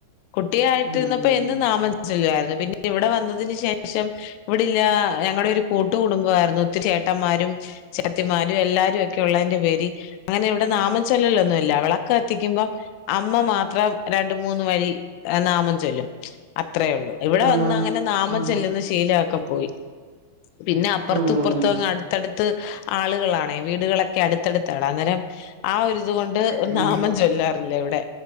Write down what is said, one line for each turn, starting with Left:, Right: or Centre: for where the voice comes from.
Left: കുട്ടിയായിട്ടിരുന്നപ്പോ
Right: ഉം ഉം
Left: എന്ത് നാമം ചൊല്ലയിരുന്നു പിന്നെ ഇവിടെ വന്നതിന് ശേഷം ഇവിടെില്ല ഞങ്ങളടെ ഒരു കൂട്ട കുടുംബമായിരുന്നു ഒത്തിരി ചേട്ട ചേട്ടന്മാരും ചേത്തിമാരും എല്ലാരും ഒക്കെ ഉള്ളതിന്റെ പേര് അങ്ങനെ ഇവിടെ നാമച്ചൊല്ലലിലൊന്നുമല്ല വിളക്ക് എത്തിക്കുമ്പം അമ്മ മാത്രം രണ്ട മൂന്ന് വരി നാമ ചോല്ലും അത്രേള്ളു ഇവിടെ
Right: ആഹ്
Left: വന്ന് അങ്ങനെ നാമം
Right: ആഹ്
Left: ചെല്ലുന്ന ശീലൊക്കെ പോയി പിന്നെ അപ്പുറത്ത്പ്പറത്ത്ങ്ങ്
Right: ഉം
Left: അടുത്തടുത്ത് ആളുകളാണേ വീടുകളൊക്കെ അടുത്തടുത്താണ് അന്നേരം ആ ഒരു അതൊണ്ട്
Right: ഉം
Left: നാമം ചൊല്ലാറില്ലേ ഇവിടെ